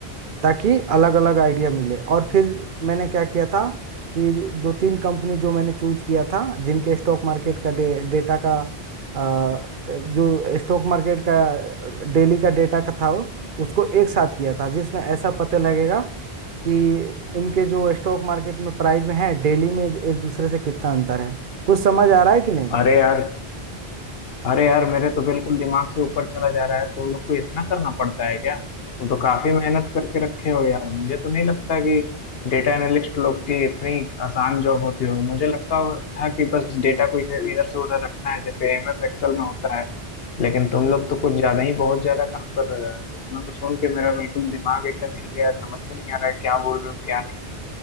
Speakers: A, on the right; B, on the left.
A: ताकि अलग अलग आइडिया मिले और फिर मैंने क्या किया था कि दो तीन कंपनी जो मैंने चूज किया था जिनके स्टॉक मार्केट का डे, डेटा का अ, जो स्टॉक मार्केट का डेली का डेटा का था वो, उसको एक साथ किया था जिसमें ऐसा पता लगेगा कि इनके जो स्टॉक मार्केट में प्राइस में है डेली में एक दूसरे से कितना अंतर है कुछ समझ आ रहा है कि नहीं
B: अरे यार अरे यार मेरे तो बिल्कुल दिमाग से ऊपर चला जा रहा है तुम लोग को इतना करना पड़ता है क्या तुम तो काफी मेहनत करके रखे हो यार मुझे तो नहीं लगता कि डेटा एनालिस्ट लोग की इतनी आसान जॉब होती होगी मुझे लगता हो- था कि बस डेटा को इसे इधर से उधर रखना है जैसे एम एस एक्सेल में होता है लेकिन तुम लोग तो कुछ ज्यादा ही बहुत ज्यादा काम कर रहे हो यार इतना तो सुन के मेरा बिल्कुल दिमाग एकदम हिल गया समझ में नहीं आ रहा है क्या बोल रहे हो क्या नहीं